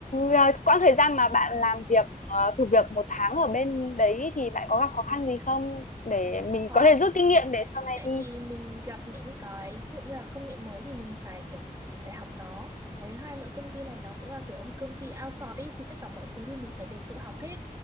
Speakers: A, on the left (about 60°); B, on the right (about 20°).
A: ờ, quãng thời gian mà bạn làm việc ờ, thử việc một tháng ở bên đấy thì bạn có gặp khó khăn gì không để
B: cũng
A: mình
B: khó
A: có thể rút kinh nghiệm để sau này
B: tại
A: đi.
B: vì mình gặp những cái ví dụ như là công nghệ mới thì mình phải kiểu phải học nó cái thứ hai nữa công ty này nó cũng là kiểu ông công ty outsource ý, thì tất cả mọi thứ thì mình phải đều tự học hết